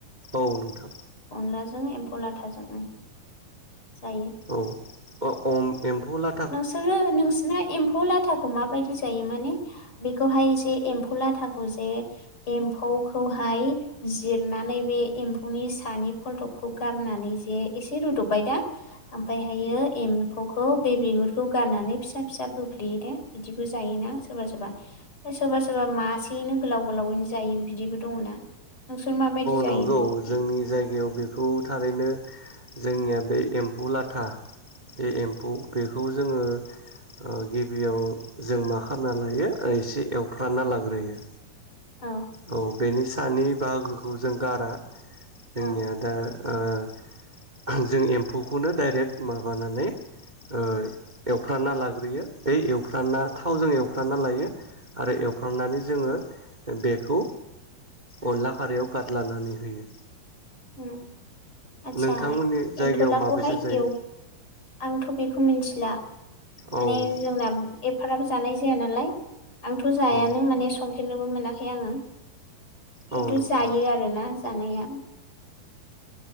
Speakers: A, on the right (about 25°); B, on the left (about 35°).
A: औ नोंथां
B: लाजों एम्फौ लाथाजों उम जायो
A: औ अ अ एम्फौ लाथा
B: नोंसोरो नोंसिरना एम्फौ ला एम्फौ लाथाखौ माबायदि जायो माने बेखौहाय जे एम्फौ लाथाखौ जे एम्फौखौहाय जिरनानै बे एम्फौनि सानि खलदबखौ गारनानै जे एसे रुदबबाय दा ओमफायहायो एम्फौखौ बे बिगुरखौ गारनानै फिसा फिसा बोफ्लेयो दे बिदिबो जायोना सोरबा सोरबा सोरबा सोरबा मासेयैनो गोलाव गोलावैनो जायो बिदिबो दङ ना नोंसोर माबायदि जायो
A: नांगौ
B: बेखौ
A: जोंनि जायगायाव बेखौ थारैनो जोंनिया बे एम्फौ लाथा बे एम्फौ बेखौ जोङो ओ गिबियाव जों मा खालामना लायो एसे एवफ्रानना लाग्रोयो
B: औ
A: औ बेनि सानि बाहागोखौ जों गारा जोंनिया
B: औ
A: दा ओ जों एम्फौखौनो डाइरेक्ट माबानानै ओ एवफ्रानानना लाग्रोयो बे एवफ्राना थावजों एवफ्राना लायो आरो एवफ्रामनानै जोङो बे बेखौ अनला खारायाव गारलानानै होयो
B: उम आदसा
A: नोंथांमोननि जायगायाव
B: एनथलाखौहाय
A: माबायसा जायो
B: एव आंथ' बेखौ मिथिला
A: औ
B: माने
A: नोंथां
B: जोंना ए फाराबो जानाय जाया नालाय आंथ' जायानो
A: औ
B: माने सं फेरनोबो मोनाखै आङो खिन्थु
A: औ नोंथां
B: जायो आरोना जानाया